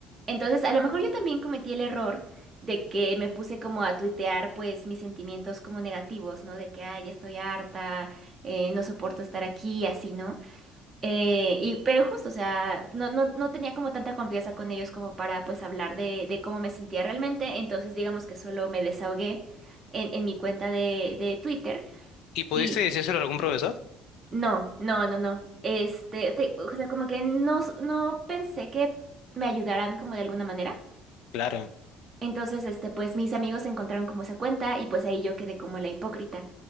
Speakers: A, on the right; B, on the left.
A: Entonces, a lo mejor yo también cometí el error de que me puse como a tuitear pues mis sentimientos como negativos, ¿no? De que, ay, ya estoy harta, eh, no soporto estar aquí, así, ¿no? Eh, y, pero justo, o sea, no, no, no tenía como tanta confianza con ellos como para pues hablar de, de cómo me sentía realmente, entonces digamos que solo me desahogué en, en mi cuenta de, de Twitter
B: ¿Y pudiste
A: y
B: decírselo a algún profesor?
A: no, no, no, no. Este, te- o sea, como que no, no pensé que me ayudaran como de alguna manera.
B: Claro.
A: Entonces, este, pues mis amigos encontraron como esa cuenta y pues ahí yo quedé como la hipócrita.